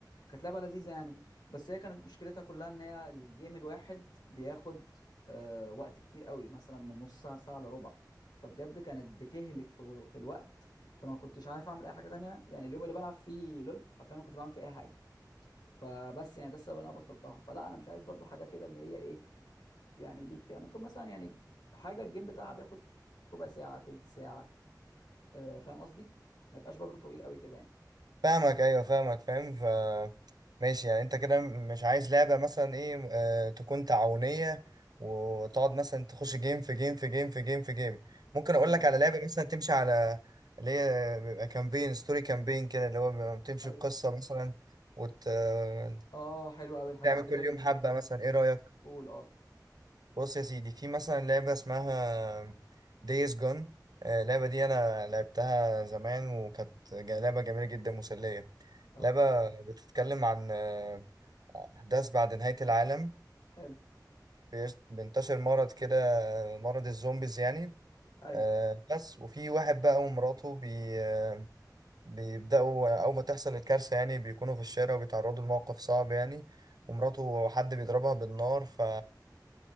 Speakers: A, on the left; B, on the right.
A: كانت لعبة لذيذة يعني بس هي كانت مشكلتها كلها ان هي الجيم الواحد بياخد آه وقت كتير قوي مثلا من نص ساعة لساعة الا ربع فبجد كانت بتهلك في, في الوقت فما كنتش عارف اعمل اي حاجة تانية يعني اليوم اللي بلعب فيه لول حرفيا ما كنتش بعمل فيه اي حاجة فبس يعني ده السبب اللي انا بطلتها فلا انا مش عايز برضو حاجة كده اللي هي ايه يعني ليك ممكن مثلا يعني حاجة الجيم بتاعها بياخد ربع ساعة تلت ساعة آه فاهم قصدي ما يبقاش برضو طويل قوي كده يعني
B: فاهمك ايوه فاهمك فاهم ف ماشي يعني انت كده مش عايز لعبه مثلا ايه آه تكون تعاونيه وتقعد مثلا تخش جيم في جيم في جيم في جيم في جيم ممكن اقول
A: اه
B: لك على لعبه مثلا تمشي على اللي هي بيبقى كامبين ستوري كامبين كده اللي هو بيبقى بتمشي
A: ايوه
B: بقصه مثلا وت آه،
A: اه حلو قوي الحاجات
B: تعمل
A: دي
B: كل
A: قول لي
B: يوم حبه مثلا ايه رايك
A: قول اه
B: بص يا سيدي في مثلا لعبة اسمها ديز جون اللعبة دي أنا لعبتها زمان وكانت جا- لعبة جميلة جدا مسلية
A: اه
B: لعبة بتتكلم عن آه، أحداث بعد نهاية العالم
A: حلو
B: بيش- بينتشر مرض كده آه، مرض الزومبيز يعني
A: ايوه
B: آه، بس وفي واحد بقى ومراته بي آه، بيبدأوا أول ما تحصل الكارثة يعني بيكونوا في الشارع وبيتعرضوا لموقف صعب يعني ومراته حد بيضربها بالنار ف